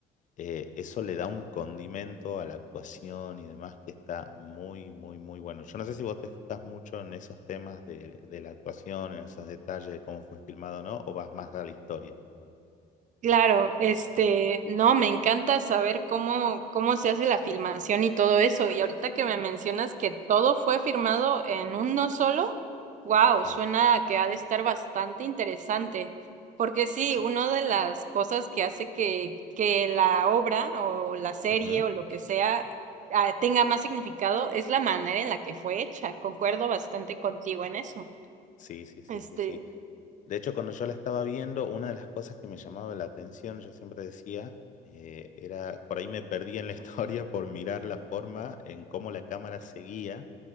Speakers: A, on the left (about 50°); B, on the right (about 45°).
A: Eh, eso le da un condimento a la actuación y demás que está muy, muy, muy bueno. Yo no sé si vos te fijas mucho en esos temas de, de la actuación, en esos detalles de cómo fue filmado o no, o vas más a la historia.
B: claro, este, no, me encanta saber cómo, cómo se hace la filmación y todo eso. Y ahorita que me mencionas que todo fue firmado en uno solo, wow,
A: Sí.
B: suena a que ha de estar bastante interesante. Porque sí,
A: Sí.
B: una de las cosas que hace que, que la obra o la serie
A: Ujú.
B: o lo que sea ah, tenga más significado es la manera en la que fue hecha. Concuerdo bastante contigo en eso.
A: Sí, sí, sí,
B: Este,
A: sí, sí, sí. De hecho, cuando yo la estaba viendo, una de las cosas que me llamaba la atención, yo siempre decía, eh, era, por ahí me perdí en la <laughs> historia por mirar la forma en cómo la cámara seguía